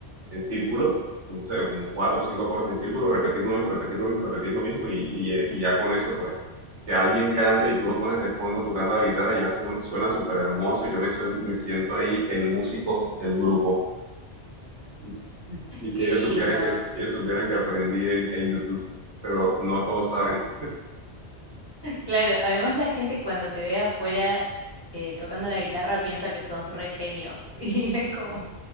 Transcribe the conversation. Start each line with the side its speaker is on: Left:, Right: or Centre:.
Right: en círculo, no sé, como cuatro o cinco acordes en círculo, repetir lo mismo, repetir lo mismo, repetir lo mismo, y, y, eh, y ya con eso, pues, que alguien cante y tú lo pones de fondo tocando la guitarra, ya se- suena súper hermoso, y yo me, suen- me siento ahí el músico del grupo. Y y si
Left: Qué
Right: ellos
Left: lindo.
Right: supieran que, ellos supieran que aprendí en, en YouTube, pero no todos saben,
Left: Claro, además la gente cuando te ve afuera eh, tocando la guitarra piensa que sos re genio. <laughs> Y es como,